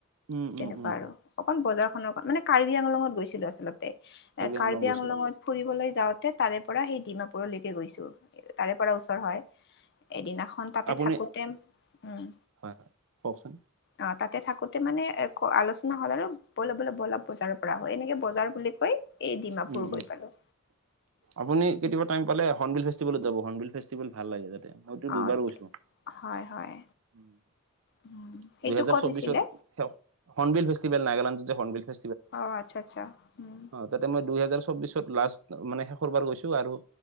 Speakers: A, on the right; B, on the left.
A: উম উম
B: তেনেকুৱা
A: উম
B: আৰু অকণ বজাৰখনৰ মানে কাৰ্বি আংলঙত গৈছিলো আচলতে এ
A: আংলং
B: কাৰ্বি
A: গৈছিলে
B: আংলঙত ফুৰিবলৈ যাওঁতে তাৰে পৰা সেই ডিমাপুৰলৈকে গৈছোঁ তাৰে পৰা ওচৰ হয় এদিনাখন তাতে
A: আপুনি
B: থাকোতে উম
A: হয় হয় কওকচোন
B: অ তাতে থাকোতে মানে আলোচনা হল আৰু বলা বলা বলা বজাৰৰ পৰা হয় এনেকে বজাৰ বুলি কৈ এই ডিমাপুৰ
A: উম উম
B: গৈ পালোঁ
A: আপুনি কেতিয়াবা টাইম পালে হৰ্ণবিল ফেষ্টিভেলত যাব হৰ্ণবিল ফেষ্টিভেল ভাল লাগে যাতে মইটো
B: অ
A: দুইবাৰ গৈছোঁ
B: হয় হয়
A: <inaudible>
B: উম সেইটো
A: দুহেজাৰ
B: ক'ত
A: চৌবিছত
B: হৈছিলে
A: হৰ্ণবিল ফেষ্টিভেল নাগালেণ্ডত যে হৰ্ণবিল ফে
B: অ আচ্ছা আচ্ছা উম
A: তাতে মই দুইহেজাৰ চৌবিশত লাষ্ট মানে শেষৰ বাৰ গৈছো আৰু